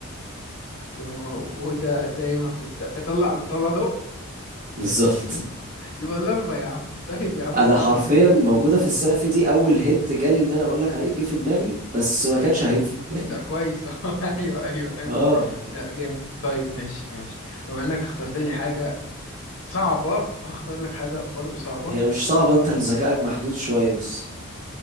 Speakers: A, on the left; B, on the right.
A: دي موجودة دايما في الس... بتطلع بتطلع ضوء
B: <laughs> بالظبط
A: يبقى اللمبة يا عم طيب يا عم أنت
B: انا
A: صح
B: حرفيا موجوده في السقف دي اول هنت جالي ان انا اقول لك عليه جه في دماغي بس ما كانش هينفع <laughs> يعني
A: لا كويس <laughs> أيوه أيوه أيوه
B: اه يعني
A: لا جامد طيب ماشي ماشي بما إنك اخترت لي حاجة صعبة هختار لك حاجة برضو صعبة
B: هي
A: <laughs>
B: مش صعبه انت اللي ذكائك محدود شويه بس